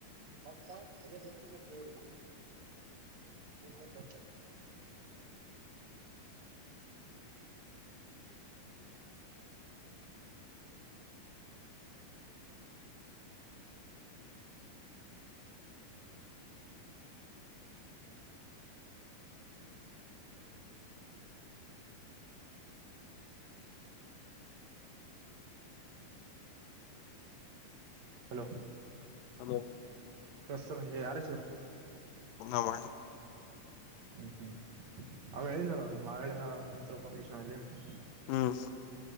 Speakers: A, on the right (about 50°); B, on the left (about 75°).
A: ಹಾ ಅೇ ಪಕ್ಷ ತರಿ ಹ ಕೊಟ್ಟ ಹಲೋ
B: ಅಬೋ
A: ಬತ ಯಾರ ಚೂರ್
B: ನ ಬ
A: ಹ್ಮ್ ಹ್ಮ್ ಅವ ಹೇಳನಲ್ಲ ಮಳೆ ಕುತ್ ಬಕ್ಷಣಲ್ಲಿ <unintelligible>
B: ಹ್ಮ್